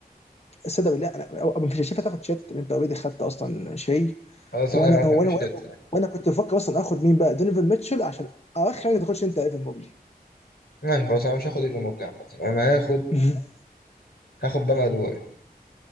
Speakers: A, on the left; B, on the left.
A: السادة بالله انا أو- أو مش شايفها تاخد شات لأن انت اوريدي خدت اصلا شيء
B: هذا صح
A: وانا
B: انا
A: وانا
B: مفيش
A: وانا,
B: هيت يعني
A: وأنا كنت بفكر اصلا اخد مين بقى دونيفن ميتشل عشان اخر حاجه تخش انت ايفن موبلي
B: ماشي خلاص انا مش هاخد ايه في موبلي عامه انا هاخد
A: <laughs>
B: هاخد بام ادوايو